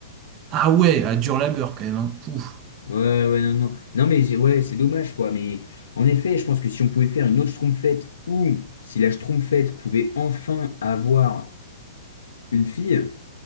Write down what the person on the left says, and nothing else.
Ouais, ouais, non, non. Non, mais j'ai- ouais, c'est dommage, quoi. Mais en effet, je pense que si on pouvait faire une autre Schtroumpfette ou si la Schtroumpfette pouvait enfin avoir une fille,